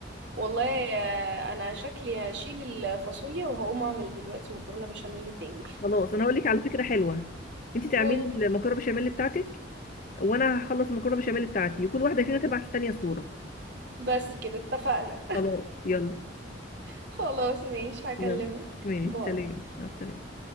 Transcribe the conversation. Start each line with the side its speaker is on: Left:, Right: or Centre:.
Right: والله آه، انا شكلي هشيل الفاصوليا وهقوم اعمل دلوقتي مكرونة بشاميل تاني
Left: خلاص انا هقول لك على فكره حلوه انت تعملي
Right: قولي
Left: المكرونه بشاميل بتاعتك وانا هخلص المكرونه بشاميل بتاعتي وكل واحده فينا تبعت التانيه صوره
Right: بس كده اتفقنا
Left: خلاص يلا
Right: خلاص ماشي هكلمك
Left: يلا ماشي
Right: باي
Left: سلام مع السلامه